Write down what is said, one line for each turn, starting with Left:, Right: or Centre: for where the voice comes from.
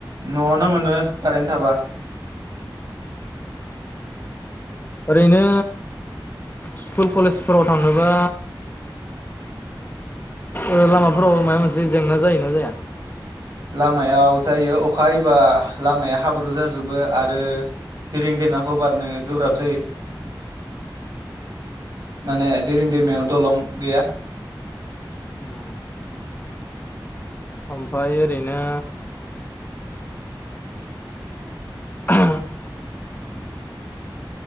Right: न'आवनो मोनो कारेन्ट थाबा
Left: ओरैनो स्कुल कलेजफोराव थांनोबा ओ लामाफोराव माबा मोनसे जेंना जायोना जाया।
Right: लामायाव जायो अखा हायोब्ला लामाया हाब्रु जाजोबो आरो देरें दैमाखौ बारनो गोब्राब जायो।
Left: औ
Right: माने दैेरिं दैमायाव दलं गैया।
Left: उम ओमफाय ओरैनो <unintelligible>